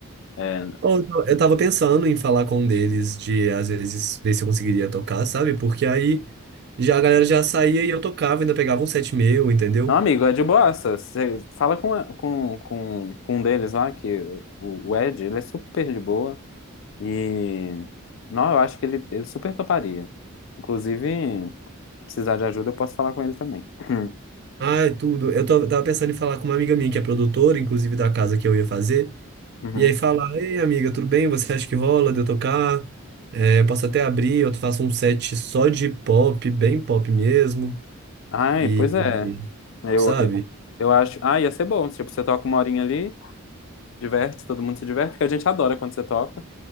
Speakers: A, on the left (about 60°); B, on the right (about 50°).
A: É,
B: Ou então, Eu tava pensando em falar com um deles de, às vezes, ver se eu conseguiria tocar, sabe? Porque aí já a galera já saía e eu tocava, ainda pegava um set meu, entendeu?
A: não, amigo, é de boassa. Você fala com, com, com, com um deles lá, que o, o Ed, ele é super de boa. E, não, eu acho que ele, ele super toparia. Inclusive, precisar de ajuda, eu posso falar com ele também. <clears throat>
B: Ai, tudo. Eu tava tava pensando em falar com uma amiga minha que é produtora, inclusive da casa que eu ia fazer.
A: Uhum.
B: E aí falar, ei, amiga, tudo bem? Você acha que rola de eu tocar? É, posso até abrir, eu faço um set só de pop, bem pop mesmo.
A: Ai,
B: E,
A: pois é.
B: e,
A: Eu,
B: sabe?
A: eu, eu acho. Ah, ia ser bom. Tipo, você toca uma horinha ali, diverte, todo mundo se diverte, porque a gente adora quando você toca.